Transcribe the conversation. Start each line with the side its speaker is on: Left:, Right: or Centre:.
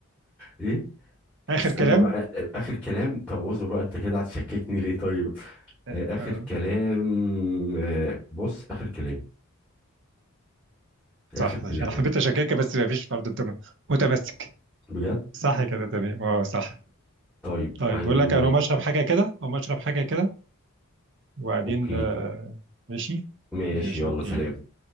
Centre: ايه
Right: آخر
Centre: استنى
Right: كلام
Centre: بقى آخر كلام طب اصبر بقى انت كده هتشككني ليه طيب
Right: آه،
Centre: آه،
Right: آه،
Centre: آخر كلام آه، بص آخر كلام آخر
Right: صح
Centre: كلامه
Right: ماشي أنا حبيت أشككك بس مفيش برضه أنت متمسك
Centre: بجد
Right: صح كده تمام أه صح
Centre: طيب
Right: طيب
Centre: عن
Right: بقول لك أنا مشرب حاجة كده أو مشرب حاجة كده وبعدين
Centre: اوكي
Right: آه، ماشي
Centre: ماشي
Right: ماشي
Centre: يلا
Right: أوكي
Centre: سلام